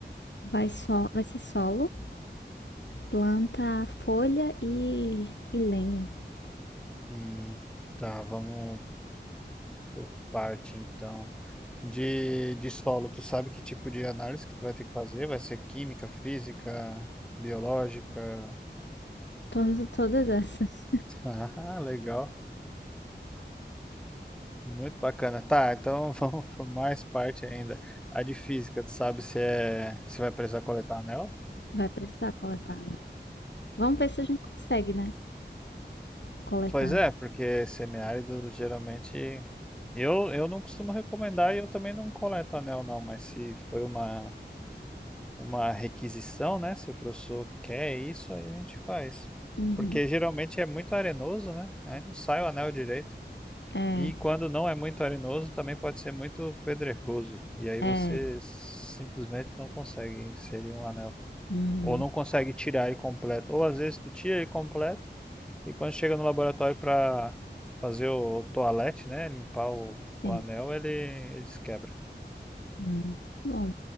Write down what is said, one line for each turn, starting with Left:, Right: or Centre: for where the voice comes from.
Left: vai só, vai ser solo, planta, folha e, e lenho.
Centre: Hum, tá, vamos por parte então. De, de solo, tu sabe que tipo de análise que tu vai ter que fazer? Vai ser química, física, biológica?
Left: Todas, todas essas. <laughs>
Centre: <laughs> Ah, legal. Muito bacana. Tá, então <laughs> vamos por mais parte ainda. A de física, tu sabe se é, se vai precisar coletar anel?
Left: Vai precisar coletar, né? Vamos ver se a gente consegue, né? Coletar.
Centre: Pois é, porque semiárido geralmente eu, eu não costumo recomendar e eu também não coleto anel não, mas se foi uma uma requisição, né? Se o professor quer isso, aí a gente faz.
Left: Uhum.
Centre: Porque geralmente é muito arenoso, né? Aí não sai o anel direito.
Left: É,
Centre: E quando não é muito arenoso, também pode ser muito pedregoso. E aí você
Left: é.
Centre: simplesmente não consegue inserir um anel.
Left: Uhum.
Centre: Ou não consegue tirar ele completo. Ou às vezes tu tira ele completo e quando chega no laboratório para fazer o toalete, né? Limpar o,
Left: Sim.
Centre: o anel, ele, ele se quebra.
Left: Uhum. Bom,